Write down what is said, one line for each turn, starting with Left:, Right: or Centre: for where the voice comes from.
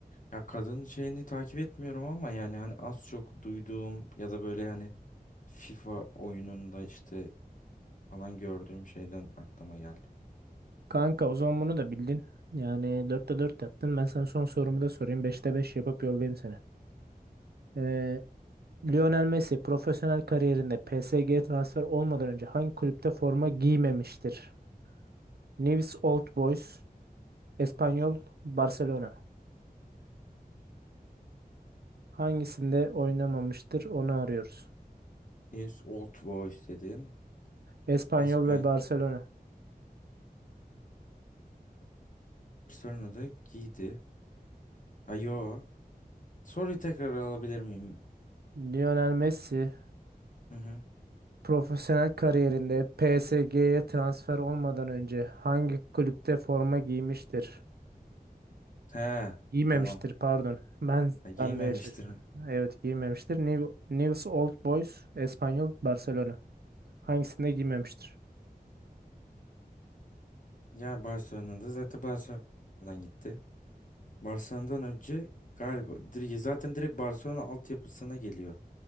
Left: Ya kadın şeyini takip etmiyorum ama yani hani az çok duyduğum ya da böyle hani FIFA oyununda işte falan gördüğüm şeyden aklıma geldi.
Right: Kanka o zaman bunu da bildin. Yani dörtte 4 yaptın. Ben sana son sorumu da sorayım. Beşte 5 yapıp yollayayım seni. Ee, Lionel Messi profesyonel kariyerinde PSG transfer olmadan önce hangi kulüpte forma giymemiştir? Newell's Old Boys, Espanyol, Barcelona. Hangisinde oynamamıştır onu arıyoruz.
Left: His Old Boys dedin.
Right: Espanyol
Left: İspanya.
Right: ve Barcelona.
Left: Barcelona'da adı Giydi. Ha yo. Soruyu tekrar alabilir miyim?
Right: Lionel Messi
Left: Hı hı.
Right: profesyonel kariyerinde PSG'ye transfer olmadan önce hangi kulüpte forma giymiştir?
Left: He
Right: Giymemiştir
Left: tamam.
Right: pardon. Ben
Left: Ha, giymemiştir
Right: ben de şaşırdım.
Left: <laughs> mi?
Right: Evet giymemiştir. New, News Old Boys Espanyol Barcelona. Hangisinde giymemiştir?
Left: Ya Barcelona'da zaten Barcelona'dan gitti. Barcelona'dan önce galiba dir- zaten direkt Barcelona altyapısına geliyor.